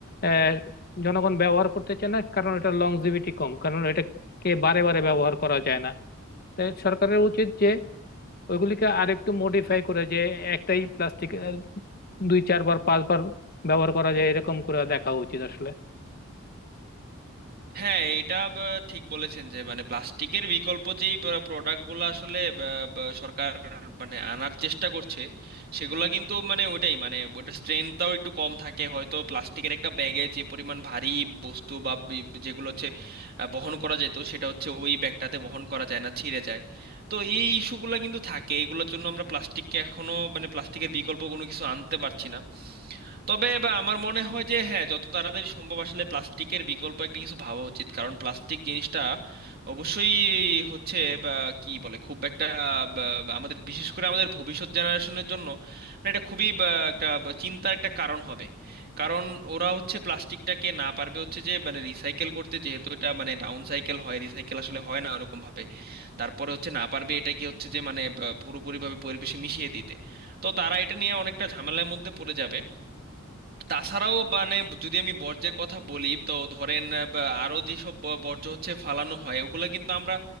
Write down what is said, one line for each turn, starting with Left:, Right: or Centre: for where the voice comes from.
Left: আহ, জনগণ ব্যবহার করতে চায় না কারণ এটা লংজিভিটি কম কারণ এটাকে বারে বারে ব্যবহার করা যায় না তাই সরকারের উচিত যে ওইগুলিকে আরেকটু মডিফাই করে যে একটাই প্লাস্টিক দুই চারবার পাঁচবার ব্যবহার করা যায় এরকম করে দেখা উচিত আসলে
Right: হ্যাঁ এটা ব- ঠিক বলেছেন যে মানে প্লাস্টিকের বিকল্প যেই প্রোডাক্টগুলো আসলে ব- ব- সরকার মানে আনার চেষ্টা করছে সেগুলো কিন্তু মানে ওইটাই মানে ওইটার স্ট্রেংথটাও একটু কম থাকে হয়তো প্লাস্টিকের একটা ব্যাগে যে পরিমাণ ভারী বস্তু বা বি- যেগুলো হচ্ছে আহ, বহন করা যেত সেটা হচ্ছে ওই ব্যাগটাতে বহন করা যায় না ছিঁড়ে যায় তো এই ইস্যুগুলো কিন্তু থাকে এগুলোর জন্য আমরা প্লাস্টিককে এখনো মানে প্লাস্টিকের বিকল্প কোনো কিছু আনতে পারছি না তবে বা আমার মনে হয় যে হ্যাঁ যত তাড়াতাড়ি সম্ভব আসলে প্লাস্টিকের বিকল্প একটা কিছু ভাবা উচিত কারণ প্লাস্টিক জিনিসটা অবশ্যই হচ্ছে বা কি বলে খুব একটা বা, আমাদের বিশেষ করে আমাদের ভবিষ্যৎ জেনারেশনের জন্য মানে এটা খুবই বা, একটা বা, চিন্তার একটা কারণ হবে কারণ ওরা হচ্ছে প্লাস্টিকটাকে না পারবে হচ্ছে যে মানে রিসাইকেল করতে যেহেতু এটা মানে ডাউন সাইকেল হয় রিসাইকেল আসলে হয় না ওরকম ভাবে তারপরে হচ্ছে না পারবে এটাকে হচ্ছে যে মানে বা, পুরোপুরিভাবে পরিবেশে মিশিয়ে দিতে তো তারা এটা নিয়ে অনেকটা ঝামেলার মধ্যে পড়ে যাবে তাছাড়াও মানে যদি আমি বর্জ্যের কথা বলি তো ধরেন আহ, বা আরো যেসব ব- বর্জ্য হচ্ছে ফালানো হয় ওগুলা কিন্তু আমরা